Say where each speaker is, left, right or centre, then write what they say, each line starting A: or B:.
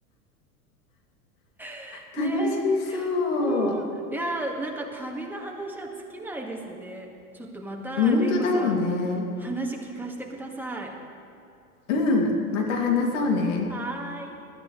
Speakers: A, in the centre; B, on the left.
A: <laughs>
B: 楽しそう。
A: ねえ。おー、いやー、なんか旅の話は尽きないですね。ちょっとまた、
B: 本当だよね。
A: れいこさん、話聞かせてください。
B: うん。また話そうね。
A: はーい。